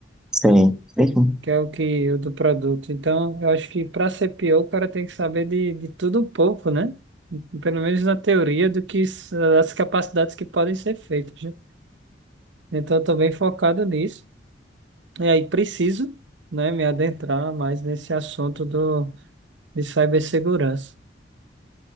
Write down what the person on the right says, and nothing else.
Que é o que o do produto. Então, eu acho que para ser PO, o o cara tem que saber de, de tudo um pouco, né? Pelo menos na teoria do que s- as capacidades que podem ser feitas. né? Então, eu estou bem focado nisso. E aí preciso, né, me adentrar mais nesse assunto do de cibersegurança.